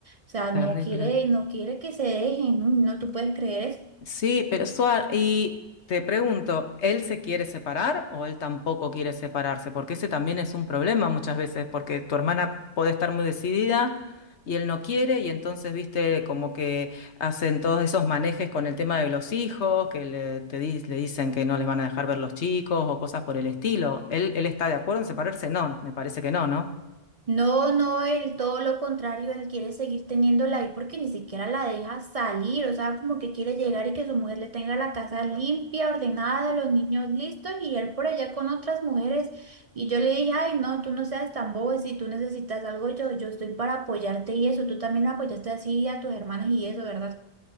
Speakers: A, on the right (about 45°); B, on the left (about 70°).
A: o sea,
B: terrible.
A: no quiere, no quiere que se dejen, no, no, tú puedes creer esto.
B: Sí, pero Suar, y te pregunto, ¿él se quiere separar o él tampoco quiere separarse? Porque ese también es un problema muchas veces, porque tu hermana puede estar muy decidida y él no quiere, y entonces, viste, como que hacen todos esos manejes con el tema de los hijos, que le, te di- le dicen que no les van a dejar ver los chicos o cosas por el estilo. ¿Él, él está de acuerdo en separarse? No, me parece que no, ¿no?
A: No, no, él todo lo contrario, él quiere seguir teniéndola ahí porque ni siquiera la deja salir, o sea, como que quiere llegar y que su mujer le tenga la casa limpia, ordenada, los niños listos y él por allá con otras mujeres. Y yo le dije, ay, no, tú no seas tan bobo, si tú necesitas algo, yo, yo estoy para apoyarte y eso, tú también apoyaste así a tus hermanas y eso, ¿verdad?